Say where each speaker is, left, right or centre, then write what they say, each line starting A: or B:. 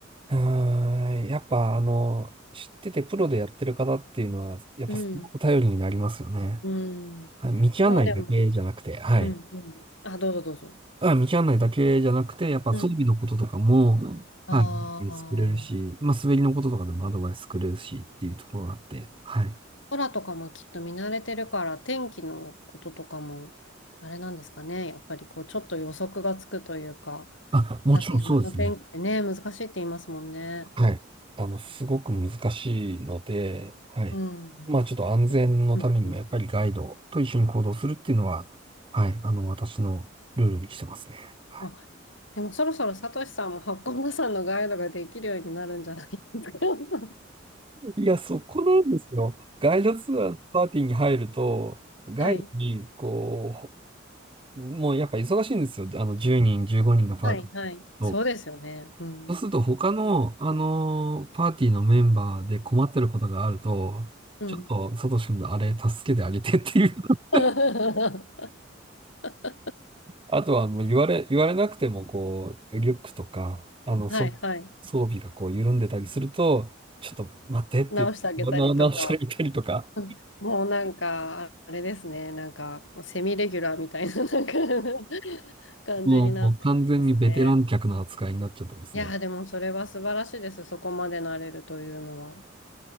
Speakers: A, on the right (about 25°); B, on the left (about 70°).
A: うーん、やっぱ、あの、知っててプロでやってる方っていうのは、やっぱすごく頼りになりますよね。
B: うん。うん。
A: はい、道案内だけじゃなくて、
B: もうでも、
A: はい。
B: うん、うん。あ、どうぞどうぞ。
A: あ、道案内だけじゃなくて、やっぱ装備のこととかも、
B: うん。ああ、
A: はい、作れるし、まあ、滑りのこととかでもアドバイス作れるしっていうところがあって、はい。
B: 空とかもきっと見慣れてるから、天気のこととかも、あれなんですかね。やっぱりこう、ちょっと予測がつくというか。
A: あ、もちろんそうですね。
B: なんか山の天気ってね、難しいって言いますもんね。
A: はい。あの、すごく難しいので、はい。
B: うん。
A: まあ、ちょっと安全のためにも、
B: うんうん。
A: やっぱりガイドと一緒に行動するっていうのは、はい、あの、私のルールにしてますね。はい
B: あ、でもそろそろサトシさんも八甲田山のガイドができるようになるんじゃないですか。<laughs>
A: いや、そこなんですよ。ガイドツアーのパーティーに入ると、ガイドに、
B: はい。
A: こもうやっぱ忙しいんですよ。あの、10人、15人のパーティーと。
B: はい。はい。そうですよね。うん。
A: そうすると他の、あのーパーティーのメンバーで困ってることがあると、
B: うん。
A: ちょっと、サトシ君のあれ助けてあげてっていう。<laughs>
B: <laughs> は
A: あとはもう言われ、言われなくても、こう、リュックとか、あの、
B: いはい。
A: そ、装備がこう緩んでたりすると、ちょっと待ってって、
B: 直してあげたりとか。
A: な直してあげたりとか、
B: うんもうなんか、あれですね。なんか、セミレギュラーみたいな、なんか <laughs> 感じになってですね。
A: もう、もう完全にベテラン客の扱いになっちゃってますね。
B: いやー、でもそれは素晴らしいです。そこまでなれるというのは。